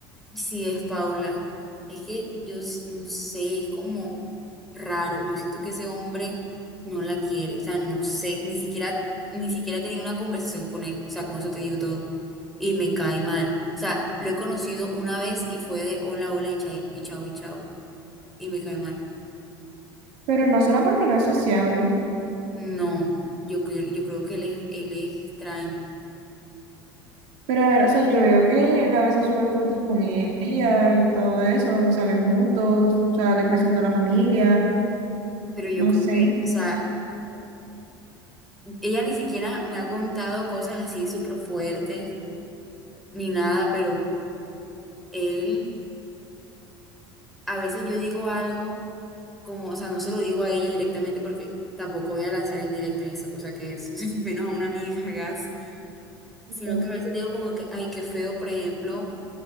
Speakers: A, in the centre; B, on the right (about 55°).
A: Sí, es Paula. Es que yo s- no sé, es como raro. Yo siento que ese hombre no la quiere. O sea, no sé. Ni siquiera, ni siquiera he tenido una conversación con él. O sea, con eso te digo todo. Y me cae mal. O sea, lo he conocido una vez y fue de hola, hola y chao, y chao, y chao. Y me cae mal.
B: Pero no será porque no es sociable.
A: No, yo, cre- yo creo que él es, él es extraño.
B: Pero a ver, o sea, yo veo que él a veces sube fotos con ella y todo eso, salen juntos, o sea, le presento a la familia,
A: Pero yo
B: no
A: creo
B: sé.
A: que, o sea, ella ni siquiera me ha contado cosas así súper fuertes ni nada, pero él. a veces yo digo algo como, o sea, no se lo digo a ella directamente porque tampoco voy a lanzar indirectas esa cosa que es, <laughs> ni menos a una amiga, gas,
B: tipo,
A: sino que a veces digo como que, ay, qué feo, por ejemplo,